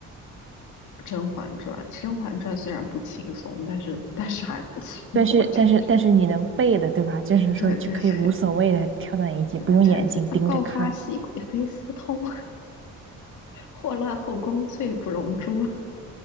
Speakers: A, on the left (about 80°); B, on the right (about 40°).
A: 《甄嬛传》，《甄嬛传》虽然不轻松，但是但是还不错，
B: 但是但是但是你能背的对吧？
A: 我真的是。
B: 就是说就可以无所谓的跳到一集，
A: 对对对，什么臣妾报告发熹贵妃私通。
B: 不用眼睛盯着看，
A: 祸乱后宫，罪不容诛。<laughs>